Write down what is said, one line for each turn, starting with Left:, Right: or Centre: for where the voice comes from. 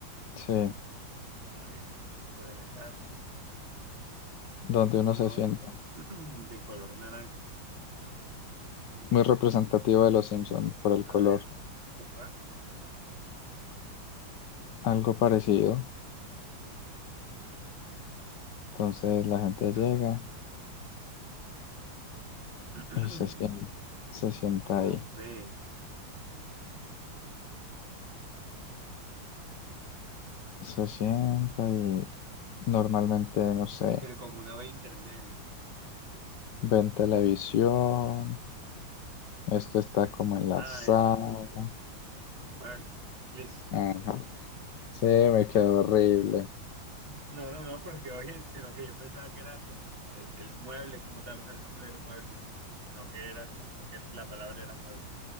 Left: sí,
Right: A ver, un objeto de la casa
Left: donde
Right: de color,
Left: uno se sienta.
Right: <clears throat> de color naranja. Mm,
Left: Muy representativo de los Simpson por el
Right: a
Left: color.
Right: ver, sofá,
Left: Algo parecido. Entonces la gente
Right: sillón,
Left: llega
Right: <clears throat>
Left: y se sienta, se sienta
Right: con
Left: ahí.
Right: B.
Left: Se sienta y normalmente, no sé,
Right: pero con una B intermedia.
Left: ven televisión. Esto está como en la
Right: Ah,
Left: sala.
Right: ya. Vale. Listo.
Left: Ajá.
Right: <laughs> <clears throat>
Left: Sí, me quedó horrible.
Right: No, no, no, porque oye, sino que yo pensaba que era como el, el mueble, como tal, o sea, el nombre del mueble. No que era, no que la palabra era mueble.